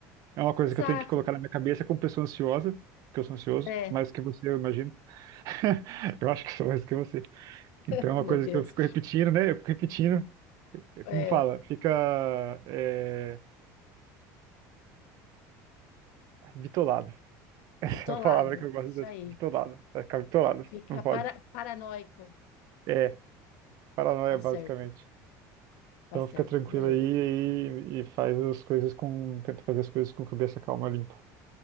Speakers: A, on the right; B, on the left.
A: É uma coisa
B: exato.
A: que eu tenho que colocar na minha cabeça como pessoa ansiosa, que eu sou ansioso,
B: É,
A: mais que você, eu imagino. <laughs> Eu acho que sou mais que você. Então
B: <laughs>
A: é uma
B: meu
A: coisa
B: Deus.
A: que eu fico repetindo, né? Eu fico repetindo, é como
B: É,
A: fala, fica é, bitolado.
B: bitolado.
A: <laughs> É a palavra que eu gosto
B: Isso
A: de usar,
B: aí.
A: bitolado. Vai ficar bitolado,
B: Fica
A: não pode.
B: para... paranoico.
A: É, paranoia,
B: Tá
A: basicamente.
B: certo, tá
A: Então
B: certo.
A: fica tranquilo
B: Beleza.
A: aí e, e faz as coisas com. Tenta fazer as coisas com cabeça calma, limpa.